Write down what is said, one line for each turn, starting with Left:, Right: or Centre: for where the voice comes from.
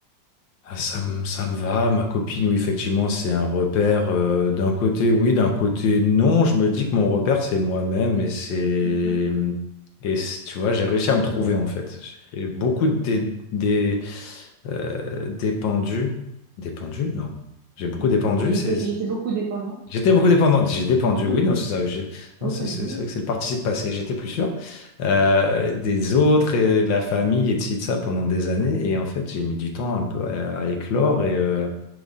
Left: ah, Ça me, ça me va, ma copine, oui, effectivement, c'est un repère. euh, d'un côté, oui, d'un côté, non. Je me dis que mon repère, c'est moi-même et c'est.
Right: mhm.
Left: Et c'est- tu vois, j'ai réussi à me trouver, en fait. J'ai beaucoup dé, dé, des, euh, dépendu. Dépendu? Non. J'ai beaucoup
Right: Euh,
Left: dépendu,
Right: j'étais
Left: c'est.
Right: j'étais beaucoup dépendant.
Left: J'étais beaucoup dépendante. J'ai dépendu,
Right: <laughs>
Left: oui, non, c'est ça. j'ai- Non,
Right: Oui
Left: c'est
Right: ça
Left: c'est-
Right: se dit
Left: c'est vrai que c'est le participe passé. J'étais plus sûr euh, des autres et de la famille et de ci, de ça pendant des années. Et en fait, j'ai mis du temps un peu à, à éclore. Et, euh,